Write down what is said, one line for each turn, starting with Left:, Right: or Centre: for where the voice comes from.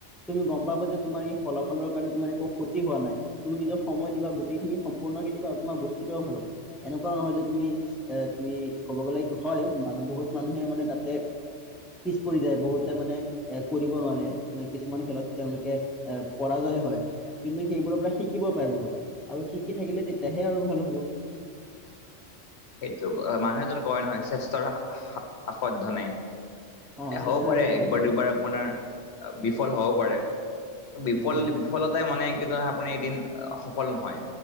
Centre: তুমি গম পাবা যে তোমাৰ এই ফলাফলৰ কাৰণে তোমাৰ একো ক্ষতি হোৱা নাই তুমি নিজক সময় দিবা গোটেইখিনি সম্পূৰ্ণ দিবা তোমাৰ বস্তুতও ভাল হ'ব এনেকুৱা নহয় যে তুমি এ তুমি ক'ব গ'লে হয় মানুহ বহুত বহুত মানুহে মানে তাতে পিছ পৰি যায় বহুতে মানে এ কৰিব নোৱাৰে। মানে কিছুমানে খেলত তেওঁলোকে এ পৰাজয় হয়। কিন্তু সেইবোৰৰ পৰা শিকিব পাই বহুত আৰু শিকি থাকিলে তেতিয়াহে আৰু ভাল হ'ব।
Left: <inaudible> সেইটো মানুহে এজন কয় নহয় চেষ্টাৰ সাদ্ধ নাই।
Centre: অ
Left: এ
Centre: চেষ্টাৰ
Left: হ'ব পাৰে
Centre: অসাধ্য
Left: একবাৰ
Centre: একো নাই
Left: দুবাৰ আপোনাৰ বিফল হব পাৰে, বিফল
Centre: হয়
Left: বিফলতাই মানে কিন্তু আপুনি এদিন সফল নহয়।